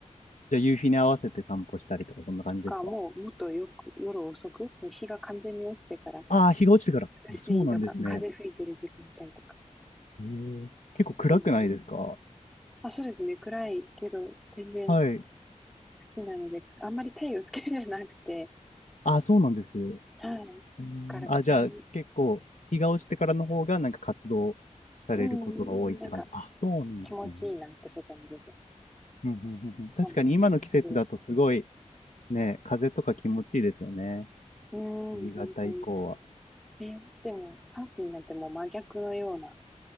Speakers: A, on the left; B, in the centre.
A: じゃあ夕日に合わせて散歩したりとか、そんな感じですか
B: とか、もうもっとよく夜遅く、もう日が完全に落ちてから
A: ああー、日が落ちてから。
B: 涼しいとか、
A: あそうなんですね。
B: 風吹いてる時間帯とか
A: ええ結構暗くないですか
B: にする。あ、そうですね。暗いけど、全然好
A: はい。
B: きなので、あんまり太陽好きじゃなくて、
A: あ、そうなんです。
B: はい。だ
A: うん、
B: から暗い、
A: あ、じゃあ、結構、日が落ちてからの方が、なんか活動されることが多いって感じ。
B: うん、なんか
A: あ、そうなんですね。
B: 気持ちいいなって外に出て
A: うんうんうんうん、確かに今の季節だとすごい、
B: 思います。
A: ね、風とか気持ちいいですよね。
B: うん、
A: 夕方以降は。
B: 本当に。え、でも、サーフィンなんてもう真逆のような